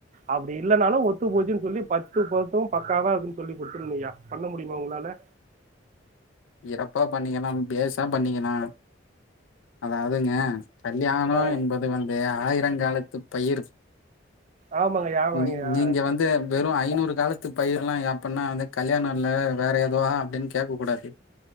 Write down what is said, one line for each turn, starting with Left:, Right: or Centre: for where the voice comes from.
Right: அப்டி இல்லன்னாலு ஒத்து போச்சுன்னு சொல்லி பத்து பொறுத்து பக்காவா இருக்குன்னு சொல்லி குடுத்துருங்கய்யா பண்ண முடியுமா உங்களால இல்ல
Left: சிறப்பா பண்ணிக்கலா பேஷா பண்ணிக்கலா அதாவதுங்க கல்யாணோ
Right: ஆ
Left: என்பது வந்து ஆயிரங்காலத்துப் பயிர்
Right: ஆமாங்கய்யா ஆமாங்கய்யா
Left: நீ நீங்க வந் து வெறு ஐநூறு காலத்து பயிரலா அப்பன்னா வந்து கல்யாணோ இல்ல வேற எதுவா அப்டின் கேக்க கூடாது